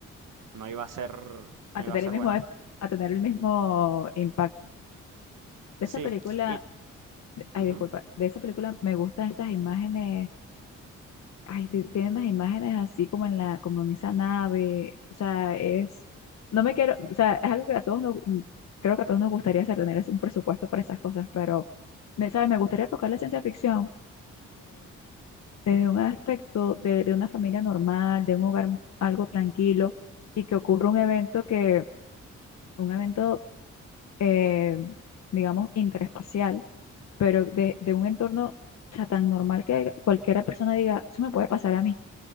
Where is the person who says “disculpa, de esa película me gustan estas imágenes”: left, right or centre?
Left